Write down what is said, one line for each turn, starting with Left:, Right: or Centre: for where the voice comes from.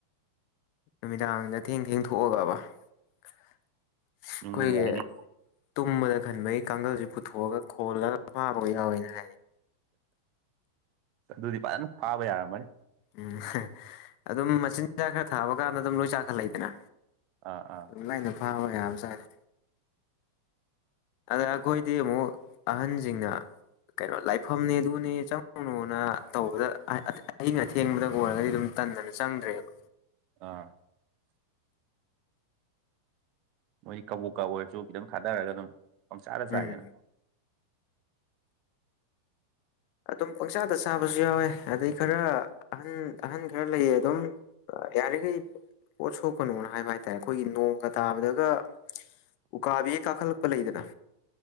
Left: ꯅꯨꯃꯤꯗꯥꯡꯗ ꯊꯦꯡ ꯊꯦꯡ ꯊꯣꯛꯣꯛꯑꯒꯕ ꯑꯩꯈꯣꯏꯒꯤ
Right: ꯅꯨꯡꯕꯨ ꯅꯨꯡꯉꯥꯏꯅꯤ
Left: ꯇꯨꯝꯕꯗ ꯈꯟꯕꯒꯤ ꯀꯥꯡꯒꯜꯁꯤ ꯄꯨꯊꯣꯛꯑꯒ ꯈꯣꯜꯂꯒ ꯐꯥꯕ ꯌꯥꯎꯋꯦꯅ ꯍꯥꯏꯌꯦ
Right: ꯑꯗꯨꯗꯨꯗꯤ ꯄꯅ ꯐꯥꯕ ꯌꯥꯔ ꯃꯣꯏ
Left: ꯎꯝ ꯍꯥ ꯑꯗꯨꯝ ꯃꯆꯤꯟꯖꯥꯛ ꯈꯔ ꯊꯥꯕ ꯀꯥꯟꯗ ꯑꯗꯨꯝ ꯂꯣꯏ ꯆꯥꯈꯠꯂꯛꯏꯗꯅ
Right: ꯑꯥ ꯑꯥ
Left: ꯑꯗꯨꯝ ꯂꯥꯏꯅ ꯐꯥꯕ ꯌꯥꯝ ꯆꯥꯅꯦ ꯑꯗ ꯑꯩꯈꯣꯏꯗꯤ ꯑꯃꯨꯛ ꯑꯍꯟꯖꯤꯡꯅ ꯀꯩꯅꯣ ꯂꯥꯏꯐꯝꯅꯦ ꯑꯗꯨꯅꯦ ꯆꯪꯉꯨꯅꯣꯅ ꯇꯧꯕꯗ ꯑꯥꯏ ꯑꯇꯩ ꯑꯩꯅ ꯊꯦꯡꯕꯗꯒ ꯑꯣꯏꯔꯒꯗꯤ ꯑꯗꯨꯝ ꯇꯟꯗꯅ ꯆꯪꯗ꯭ꯔꯦꯕ
Right: ꯑꯥ ꯃꯣꯏꯗꯤ ꯀꯕꯨꯛꯀ ꯑꯣꯏꯔꯁꯨ ꯈꯤꯇꯪ ꯊꯥꯗꯔꯒ ꯑꯗꯨꯝ ꯄꯪꯆꯥꯗ
Left: ꯎꯝ
Right: ꯆꯥꯏꯗꯅ <inaudible>
Left: ꯑꯗꯨꯝ ꯄꯪꯆꯥꯥꯗ ꯆꯥꯕꯁꯨ ꯌꯥꯎꯋꯦ ꯑꯗꯩ ꯈꯔ ꯑꯍꯟ ꯑꯍꯟ ꯈꯔ ꯂꯩꯌꯦ ꯑꯗꯨꯝ ꯌꯥꯔꯤꯒꯩ ꯄꯣꯠ ꯁꯣꯛ ꯀꯅꯣꯅ ꯍꯥꯏꯕ ꯍꯥꯏꯇꯥꯔꯦ ꯑꯩꯈꯣꯏꯒꯤ ꯅꯣꯡꯒ ꯇꯥꯕꯗꯒ ꯎꯀꯥꯕꯤꯒ ꯀꯥꯈꯠꯂꯛꯄ ꯂꯩꯗꯅ